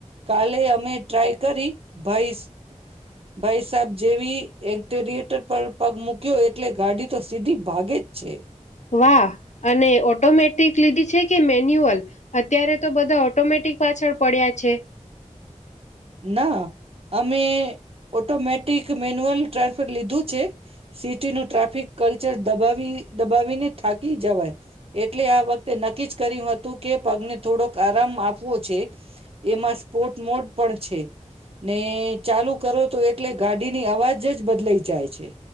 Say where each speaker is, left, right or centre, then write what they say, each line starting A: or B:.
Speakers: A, on the right (about 50°); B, on the left (about 65°).
A: કાલે અમે ટ્રાય ભાઈ ભાઈ સાબ જેવી એેરિએટર પર પગ મૂક્યો એટલે ગાડી તો સીધી ભાગે જ છે.
B: હા અને ઓટોમેટિક લીધી છે કે મેન્યુઅલ? અત્યારે તો બધા ઓટોમેટિક પાછળ પડ્યા છે.
A: ના અમે ઓટોમેટિક મેન્યુઅલ ટ્રાન્સફર લીધું છે સિટીનું ટ્રાફિક ક્લચ દબાવી દબાવીને થાકી જવાય એટલે આ વખતે નક્કી જ કર્યું હતું કે પગને થોડોક આરામ આપવો છે. એમાં સ્પોર્ટ મોડ પણ છે. ને ચાલુ કરો તો એટલે ગાડીની અવાજ જ બદલાઈ જાય છે.